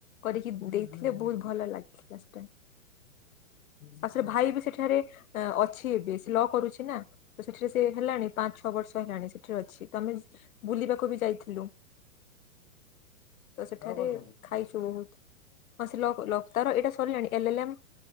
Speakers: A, on the left; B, on the left.
A: କରିକି
B: ହୁଁ
A: ଦେଇଥିଲେ
B: ହୁଁ ହୁଁ
A: ବହୁତ୍
B: ହୁଁ
A: ଭଲ ଲାଗିଥିଲା ସେଟା ଆଉ ସେଠି ଭାଇ ବି ସେଠାରେ ଅ ଅଛି ଏବେ ସେ ଲ କରୁଛି ନା ତ ସେଠାରେ ସେ ହେଲାଣି ପାଞ୍ଚ୍ ଛଅ ବର୍ଷ ହେଲାଣି ସେଠାରେ ଅଛି ତମେ ବୁଲିବାକୁ ବି ଯାଇଥି ହେଲୋ ତ ସେଠାରେ
B: ଜବ୍ କରୁଛନ୍ତି?
A: ଖାଇଛୁ ବହୁତ୍। ହଁ ସେ ଲ କୁ ଲ ତାର ଏଇଟା ସରିଲାଣି L L M,